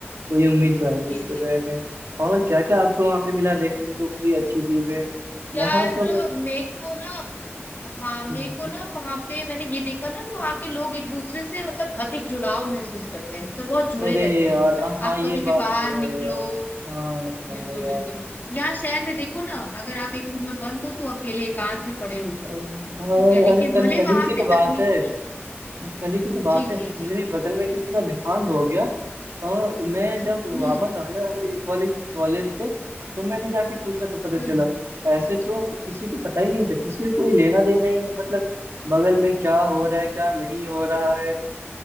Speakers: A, on the right; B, on the left.
A: कोई उम्मीद तो है नहीं
B: जी
A: इससे
B: जी
A: पहले
B: जी जी।
A: और क्या क्या आपको वहाँ पे मिला देखने को कोई अच्छी चीज है
B: यार
A: यहाँ तो बस
B: मेरे को ना हाँ मेरे
A: हम्म, हम्म।
B: को ना वहां पे मैंने ये देखा ना वहां के लोग एक दूसरे से मतलब अधिक जुड़ाव महसूस करते हैं मतलब बहुत जुड़े
A: अरे
B: रहते
A: यार
B: हैं
A: हाँ
B: आप
A: ये
B: कभी भी
A: बात
B: बाहर
A: तो
B: निकलो
A: है यार हाँ हाँ
B: बिल्कुल
A: यार
B: बिल्कुल यहाँ शहर में देखो ना अगर आप एक रूम में बंद हो तो अकेले एकांत में पड़े होंगे
A: अरे
B: ठीक है लेकिन
A: अरे कल
B: भले
A: कल ही
B: वहां
A: की
B: पे
A: तो बात
B: तकनीकी
A: है कल ही की तो बात
B: जी
A: है
B: जी
A: मेरे
B: जी
A: बगल में किसी का देहांत हो गया और मैं जब
B: हम्म
A: वापस आया कॉलेज कॉलेज से तो मैंने जाके पूछा तो पता
B: हम्म
A: चला ऐसे तो किसी को पता ही नहीं था किसी को कोई लेना देना ही नहीं मतलब बगल में क्या हो रहा है क्या नहीं हो रहा है